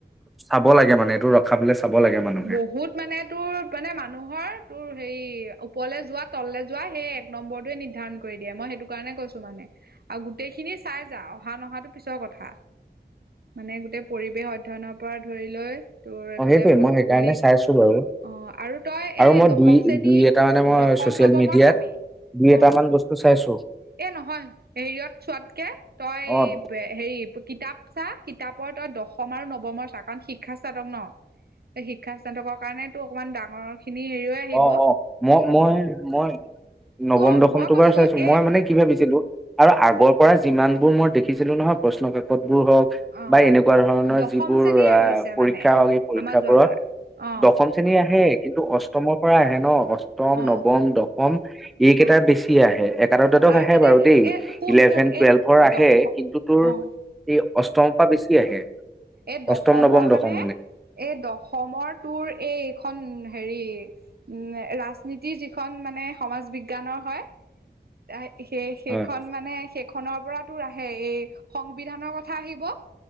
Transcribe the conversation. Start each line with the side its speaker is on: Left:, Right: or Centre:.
Centre: চাব লাগে মানে এইটো ৰখাবলৈ চাব লাগে মানুহে।
Right: বহুত মানে তোৰ মানে মানুহৰ তোৰ হে ওপৰলৈ যোৱা তল যোৱা সেই এক নম্বৰটোোৱে নিৰ্ধাৰণ কৰি দিয়ে মই সেইটো কাৰণে কৈছো মানে আৰু গোটেই খিনি চাই যা অহা নহাতটো পিছৰ কথা। মানে গোটেই পৰিৱেশ অধ্যনৰ পৰা ধৰি লৈ তোৰ।
Centre: অ',
Right: ফালে
Centre: সেইটোৱে
Right: ভৌগোলিক
Centre: মই সেইকাৰণে চাইছো বাৰু
Right: অ' আৰু তই
Centre: আৰু
Right: এ
Centre: মই
Right: দশম
Centre: দুই
Right: শ্ৰেণী
Centre: দুই এটা মানে মই
Right: দশম
Centre: ছচিয়েল
Right: নৱমৰ
Centre: মিডিয়াত
Right: চাবি।
Centre: দুই এটামান
Right: অ
Centre: বস্তু চাইছো।
Right: এ নহয় হেৰিয়ত চোৱাতকে তই
Centre: অ',
Right: হেৰি কিতাপ চা। কিতাপৰ তই দশম আৰু নৱমৰ চ কাৰণ শিক্ষা চাতক ন। শিক্ষা স্থাতকৰ কাৰণ তটো অকমান ডাঙৰ খিনি হেৰি হৈ আহিব
Centre: অ-অ, মই-মই-মই,
Right: ত'
Centre: নৱম দশমটো
Right: মই কৈছো
Centre: বাৰ চাইছো
Right: এ
Centre: মই মানে কি ভাবিছিলো। আৰু আগৰ পৰা যিমান বোৰ মই দেখিছিলো নহয় প্ৰশ্ন কাকত। বোৰ হওক
Right: অ
Centre: বা এনেকুৱা ধৰণৰ
Right: দশম
Centre: যিবোৰ
Right: শ্ৰেণী আহিছে
Centre: আহ পৰীক্ষা
Right: মানে
Centre: হওক এই পৰীক্ষাবোৰত,
Right: আমাৰ যোৱাবাৰ অ
Centre: দশম শ্ৰেণী আহে কিন্তু অষ্টমৰ পৰা আহে ন অষ্ট।
Right: অ
Centre: নম দসম এইেই
Right: অ
Centre: বেছি আছে
Right: আৰু মানে
Centre: বাৰু
Right: এ শুন
Centre: ইলেভেন
Right: শুন
Centre: টুৱেলভৰ
Right: এই
Centre: আহে
Right: দশ
Centre: কিন্তু তোৰ এই
Right: অ
Centre: অষ্টমৰ পৰা বেছি আহে।
Right: এই দশমৰ
Centre: অষ্টম নৱম
Right: মানে
Centre: দশম
Right: এই দশমৰ তোৰ এই এইখন হেৰি উম ৰাজনীতিৰ যিখন মানে সমাজ বিজ্ঞানৰ হয়। ত' সেই-সেইখন
Centre: হয়
Right: মানে সেইখন, খনৰ পৰা তোৰ আহে এই সংবিধানৰ কথা আহিব।